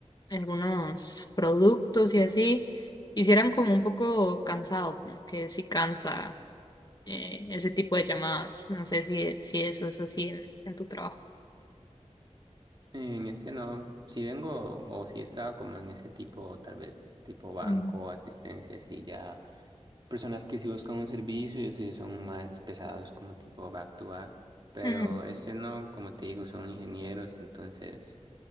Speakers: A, on the left; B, on the right.
A: algunos productos y así. Hicieran como un poco cansado, como que sí cansa eh, ese tipo de llamadas. No sé si, si eso es así en, en tu trabajo.
B: En ese no, si vengo o si estaba como en ese tipo, tal vez tipo banco,
A: Ujú.
B: asistencia, así ya personas que sí buscan un servicio y así son más pesados como tipo back to back, pero
A: Ujú.
B: ese no, como te digo, son ingenieros, entonces